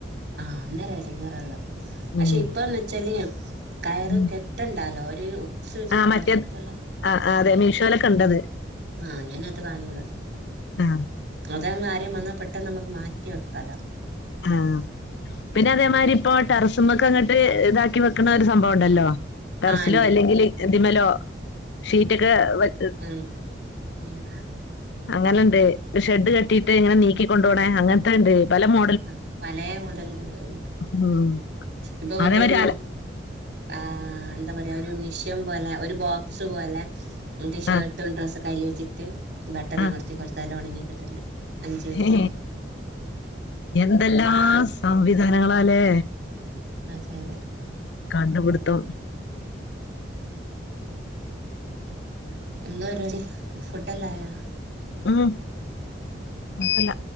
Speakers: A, on the right; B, on the left.
A: ആഹ് അന്നേരം ഇടങ്ങേറാകുക പക്ഷെ
B: ഉം
A: ഇപ്പന്ന് വച്ചാല് കയറ്
B: ഉം.
A: കെട്ടണ്ടാലോ ഒരു- വെച്ച്
B: ആ
A: കൊളത്തുള്ള
B: മറ്റേത് ആഹ് ആഹ് അതെ മീശോലൊക്കെ ഉണ്ടത്.
A: ആഹ് ഞാനാട്ട് വാങ്ങിയതാ.
B: ആ
A: അതാവുമ്പേ ആ ആരേലും വന്നാ പെട്ടെന്ന് നമ്മക്ക് മാറ്റി വെക്കാലോ.
B: ആഹ് പിന്നെ അതേമാതിരി ഇപ്പോ ടെറസുമേക്ക് അങ്ങട്ട് ഇതാക്കി വെക്കണ ഒരു സംഭവം ഉണ്ടല്ലോ. ടെറസിലോ
A: ആഹ് ഇണ്ട്ണ്ട്
B: അല്ലെങ്കിൽ ഇതിൽ മേലോ ഷീറ്റൊക്കെ- വെ-
A: ഉം ഉം
B: അങ്ങനെയിണ്ട് ഷെഡ് കെട്ടീട്ട് ഇങ്ങനെ നീക്കികൊണ്ടു പോണേ. അങ്ങനത്തേണ്ട് പല മോ
A: ആഹ് പലേ മോഡലുണ്ട്
B: ഉം.
A: ഇപ്പൊ മറ്റൊരു-
B: അതേമാതിരി അല
A: ആഹ് എന്താ പറയാ ഒരു മിഷ ൻപോലെ ഒരു ബോക്സ് പോലെ എന്റെ
B: ആ,
A: ഷർട്ടും
B: ആ,
A: ഡ്രസ്സൊക്കെ അയ്ല് വെച്ചിട്ട്- ബട്ടൺ
B: ആ.
A: അമർത്തി കൊറച്ച് നേരം ഒണങ്ങി കിട്ടുന്നെ അഞ്ചു മിനിറ്റൊണ്ട്.
B: ഹേ, എന്തെല്ലാം സംവിധാനങ്ങളായല്ലേ
A: അതെ അതെ
B: കണ്ടുപിടുത്തം
A: എന്താ പരിപാടി ഫുഡ് എല്ലാം ആയൊ
B: ഉം കൊഴപ്പല്ല